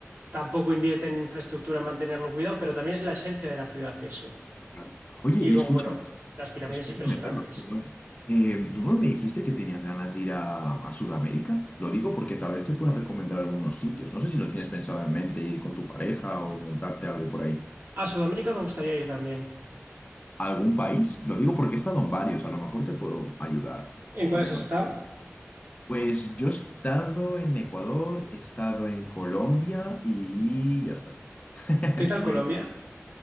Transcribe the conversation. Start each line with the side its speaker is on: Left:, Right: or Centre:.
Right: tampoco invierte en infraestructura en mantenerlo cuidado, pero también es la esencia de la ciudad eso.
Left: claro. Oye,
Right: Y
Left: y
Right: luego,
Left: escucha
Right: bueno, las pirámides
Left: Escúchame,
Right: impresionantes.
Left: Carlos, perdón. Eh, ¿tú no me dijiste que tenías ganas de ir a, a Sudamérica? Lo digo porque tal vez te pueda recomendar algunos sitios. No sé si lo tienes pensado en mente, ir con tu pareja o montarte algo por ahí.
Right: A Sudamérica me gustaría ir también.
Left: ¿Algún país? Lo digo porque he estado en varios, a lo mejor te puedo ayudar, más
Right: ¿En cuáles
Left: o menos.
Right: has estado?
Left: Pues yo he estado en Ecuador, he estado en Colombia y ya está. <laughs>
Right: ¿Qué tal Colombia?